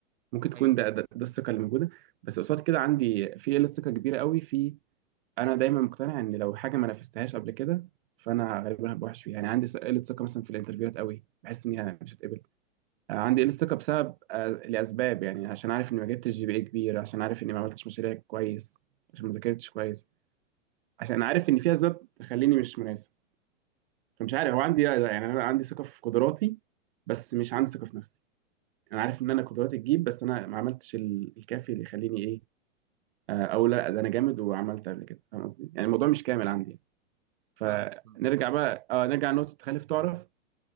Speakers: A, on the right; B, on the right.
A: ممكن تكون
B: أيوه
A: ده ده, ده الثقه اللي موجوده بس قصاد كده عندي في قله ثقه كبيره قوي في انا دايما مقتنع ان لو حاجه ما نفذتهاش قبل كده فانا غالبا هبقى وحش فيها يعني عندي س- قله ثقه مثلا في الانترفيوهات قوي بحس اني مش هتقبل عندي الستوكا بسبب آه، لاسباب يعني عشان عارف اني ما جبتش جي بي اي كبير عشان عارف اني ما عملتش مشاريع كويس عشان ما ذاكرتش كويس عشان عارف ان في اسباب تخليني مش مناسب فمش عارف هو عندي آه، يعني انا عندي ثقه في قدراتي بس مش عندي ثقه في نفسي انا عارف ان انا قدراتي تجيب بس انا ما عملتش ال- الكافي اللي يخليني ايه آه، او لا ده انا جامد وعملت قبل كده فاهم قصدي يعني الموضوع مش كامل عندي فنرجع
B: فاهم فاهم
A: بقى اه نرجع لنقطه تخلف تعرف